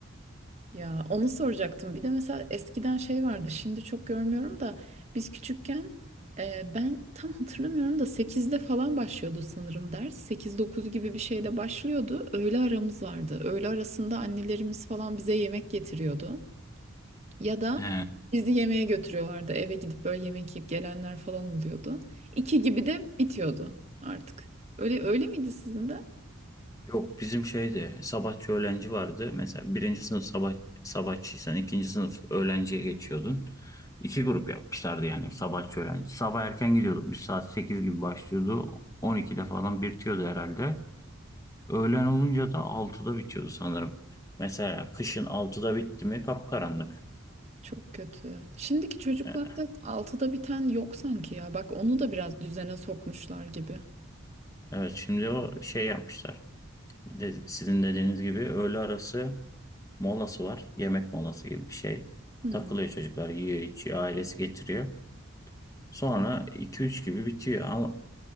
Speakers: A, on the right; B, on the left.
A: Ya onu soracaktım. Bir de mesela eskiden şey vardı. Şimdi çok görmüyorum da biz küçükken e, ben tam hatırlamıyorum da sekizde falan başlıyordu sanırım ders. Sekiz 9 gibi bir şeyde başlıyordu. Öğle aramız vardı. Öğle arasında annelerimiz falan bize yemek getiriyordu. Ya da
B: He.
A: bizi yemeğe götürüyorlardı. Eve gidip böyle yemek yiyip gelenler falan oluyordu. 2 gibi de bitiyordu artık. Öyle öyle miydi sizin de?
B: Yok bizim şeydi sabahçı öğlenci vardı. Mesela birinci sınıf sabah, sabahçıysan ikinci sınıf öğlenciye geçiyordun. İki grup yapmışlardı yani sabahçı öğlenci. Sabah erken gidiyorduk biz saat 8 gibi başlıyordu. 12'de falan bitiyordu herhalde. Öğlen olunca da altıda bitiyordu sanırım. Mesela kışın altıda bitti mi kapkaranlık.
A: Çok kötü. Şimdiki çocuklarda
B: E,
A: altıda biten yok sanki ya. Bak onu da biraz düzene sokmuşlar gibi.
B: Evet şimdi o şey yapmışlar. Dedi- Sizin dediğiniz gibi öğle arası molası var. Yemek molası gibi bir şey.
A: Hı,
B: Takılıyor çocuklar yiyor içiyor ailesi getiriyor. Sonra iki üç gibi bitiyor ama